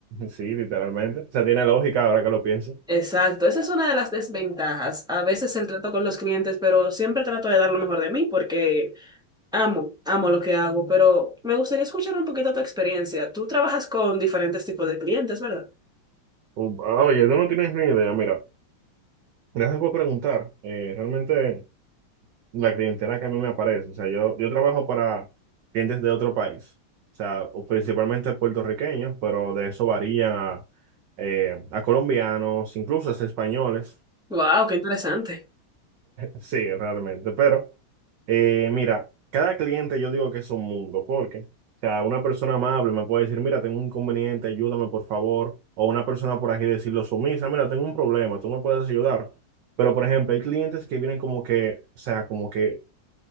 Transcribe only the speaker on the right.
Sí, literalmente. O sea, tiene lógica ahora que lo pienso.
U- Oye, tú no tienes ni idea. Mira, gracias por preguntar. Eh, realmente la clientela que a mí me aparece. O sea, yo, yo trabajo para clientes de otro país. O sea, o principalmente puertorriqueños, pero de eso varía a, eh, a colombianos, incluso hasta españoles.
Sí, realmente, pero eh, mira, cada cliente yo digo que es un mundo, porque, o sea, una persona amable me puede decir, mira, tengo un inconveniente, ayúdame por favor, o una persona por aquí decirlo sumisa, mira, tengo un problema, tú me puedes ayudar. Pero, por ejemplo, hay clientes que vienen como que, o sea, como que,